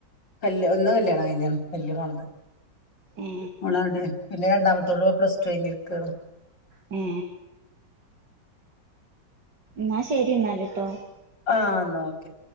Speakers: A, on the left; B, on the right.
A: കല് ഒന്ന് കല്യാണം കഴിഞ്ഞാണ് വല്ല്യ മോൾത്
B: ഏ
A: ഓളടെ പിന്നെ രണ്ടാമത്തോള് പ്ലസ്ടു കൈഞ്ഞിരിക്കണ്
B: ഏ ന്നാ ശരി ന്നാല്ട്ടോ
A: ആ ന്നാ ഓക്കെ